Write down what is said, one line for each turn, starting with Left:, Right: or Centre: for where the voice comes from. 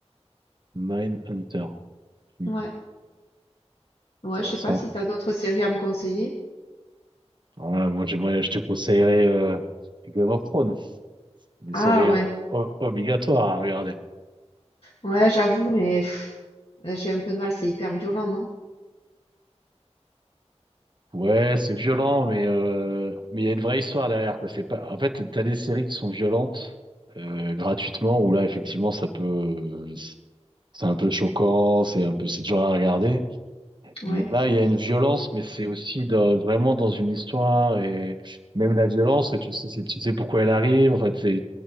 Right: Mindhunter. Hmm,
Left: Ouais, ouais,
Right: Intéressant.
Left: je sais pas si t'as d'autres séries à me conseiller?
Right: Alors là, moi, j'aimerais, je te conseillerais, euh, Game of Thrones. Une
Left: Ah
Right: série
Left: ouais.
Right: o- o- obligatoire à regarder.
Left: Ouais, j'avoue, mais pff, là, j'ai un peu de mal, c'est hyper violent, non?
Right: Ouais, c'est violent, mais, euh, mais il y a une vraie histoire derrière, quoi. C'est pas, en fait, t'as des séries qui sont violentes, euh, gratuitement, où là, effectivement, ça peut, C'est un peu choquant, c'est un peu, c'est dur à regarder.
Left: Ouais.
Right: Mais là, il y a une violence, mais c'est aussi dans- vraiment dans une histoire et même la violence, tu sais, c'est- tu sais pourquoi elle arrive. En fait, c'est,